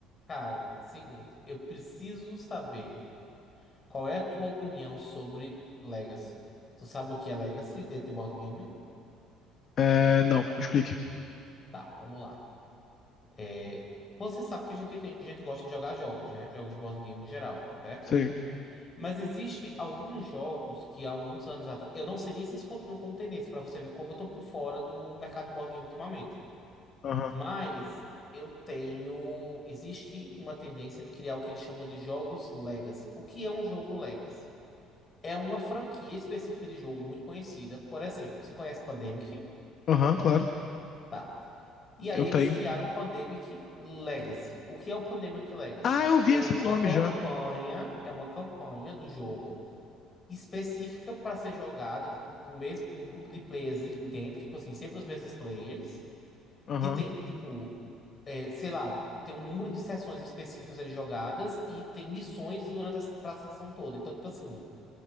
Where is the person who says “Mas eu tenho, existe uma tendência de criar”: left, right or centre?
Left